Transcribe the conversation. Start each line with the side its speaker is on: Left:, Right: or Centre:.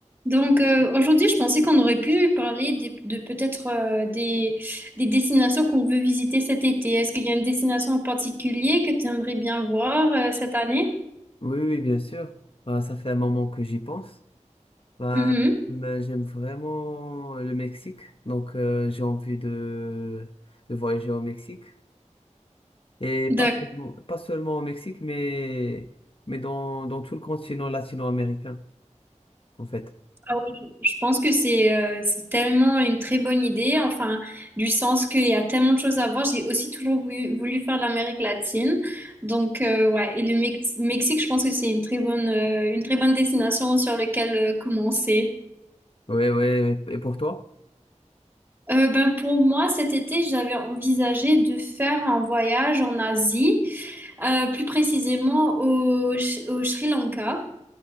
Right: Donc euh, aujourd'hui, je pensais qu'on aurait pu parler des- de peut-être euh, des, des destinations qu'on veut visiter cet été. Est-ce qu'il y a une destination en particulier que tu aimerais bien voir euh, cette année?
Left: Oui, oui, oui, bien sûr. Ben, ça fait un moment que j'y pense. Ben,
Right: Mhm.
Left: ben, j'aime vraiment le Mexique, donc euh, j'ai envie de, de voyager au Mexique. Et
Right: D'accord.
Left: pas seulement, pas seulement au Mexique, mais, mais dans, dans tout le continent latino-américain, en fait.
Right: Ah oui, je je pense que c'est euh, c'est tellement une très bonne idée, enfin, du sens qu'il y a tellement de choses à voir. J'ai aussi toujours voulu, voulu faire l'Amérique latine. Donc, euh, ouais, et le Mex- Mexique, je pense que c'est une très bonne, euh, une très bonne destination sur laquelle euh, commencer.
Left: Oui, oui, oui. et pour toi?
Right: Euh, ben pour moi, cet été, j'avais envisagé de faire un voyage en Asie, euh, plus précisément au, Sh- au Sri Lanka.